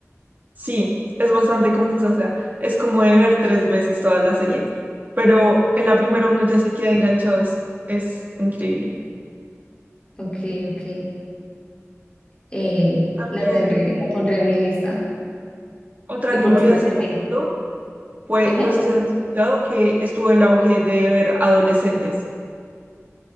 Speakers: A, on the right; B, on the left.
A: sí, es bastante confusa, o sea, es como de ver tres veces toda la serie, pero en la primera uno ya se queda enganchado, es, es increíble.
B: Ok, ok. Eh,
A: También
B: la tendré, la pondré en mi lista.
A: otra
B: ¿Y
A: que
B: por
A: me
B: qué
A: vi
B: se
A: hace
B: terminó?
A: poquito fue,
B: Dime.
A: no sé si has escuchado, que estuvo el auge de ver adolescentes.